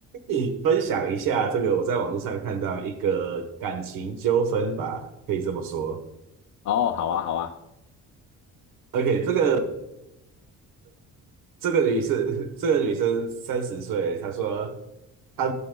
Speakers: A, on the right; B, on the left.
A: 你分享一下这个，我在网络上看到一个感情纠纷吧，可以这么说。
B: 哦，好啊，好啊，
A: OK，这个这个女生，<laughs> 这个女生三十岁，她说她